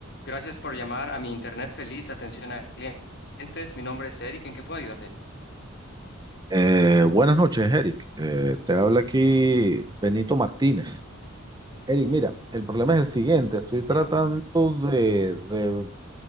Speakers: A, on the left; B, on the right.
A: Gracias por llamar a mi Internet Feliz, atención a clientes. Mi nombre es Eric, ¿en qué puedo ayudarte?
B: Eh, buenas noches, Eric. Eh, te habla aquí Benito Martínez. Eric, mira, el problema es el siguiente. Estoy tratando
A: Dígame.
B: de, de,